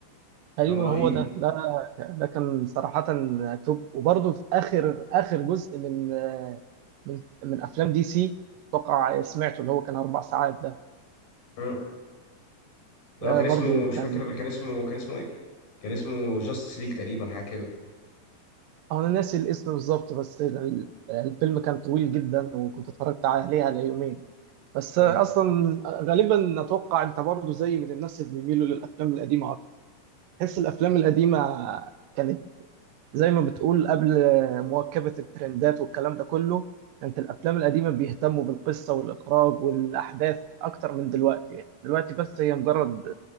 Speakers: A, on the right; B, on the left.
A: ايوه
B: كان رهيب
A: هو ده ده ده كان صراحه توب وبرضه في اخر اخر جزء من آه، من من افلام دي سي اتوقع سمعته اللي هو كان اربع ساعات ده
B: آه. لو
A: ده
B: كان
A: برضه
B: اسمه مش
A: كان
B: فاكر اللي كان اسمه كان اسمه ايه كان اسمه جاستس ليج تقريبا حاجه كده
A: انا ناسي الاسم بالظبط بس ال- الفيلم كان طويل جدا وكنت اتفرجت عليه على يومين بس اصلا
B: آه.
A: غالبا اتوقع انت برضه زي من الناس اللي بيميلوا للافلام القديمه اكتر تحس الافلام القديمه كانت زي ما بتقول قبل مواكبه الترندات والكلام ده كله كانت الافلام القديمه بيهتموا بالقصه والاخراج والاحداث اكتر من دلوقتي يعني دلوقتي بس هي مجرد